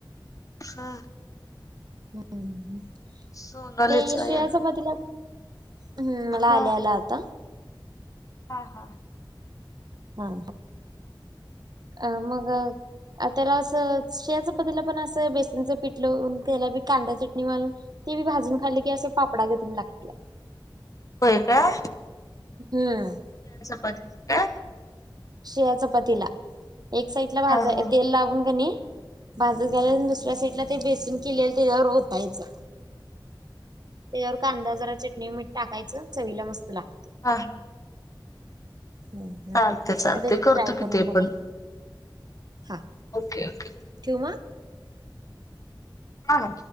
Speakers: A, on the left (about 40°); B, on the right (about 55°).
A: हा...
B: हम्म... ते
A: सोनालीच याला
B: श्रेया च पातेल हम्म... मला
A: हा.
B: आले ला आता,
A: हा- हा
B: हा आ मग आ त्याला असं शिळ्या चपातली पण असं बेसनच पिठल लाऊन त्याला बी कांदा चटणी मलून ते बी भाजून खाल्ली की असे पापडा घतीन लागत्या
A: होय काय?
B: हम्म.
A: <inaudible>
B: शिळ्या चपातीला एक साइड ला भाजा
A: हा हा.
B: तेल लागून कणी भाजून गेल्या दुसऱ्या साईडला ते बेसून केलेलं त्याच्यावर ओतायचं. त्याच्यावर कांदा जरा चटणी मीठ टाकायचं चवीला मस्त लागत.
A: ह हा.
B: हम्म हम्म
A: चालतय चालतय
B: कधी
A: करतो
B: ट्राय करून
A: किती
B: बघा
A: पण.
B: हा.
A: Okay okay.
B: <inaudible>
A: हा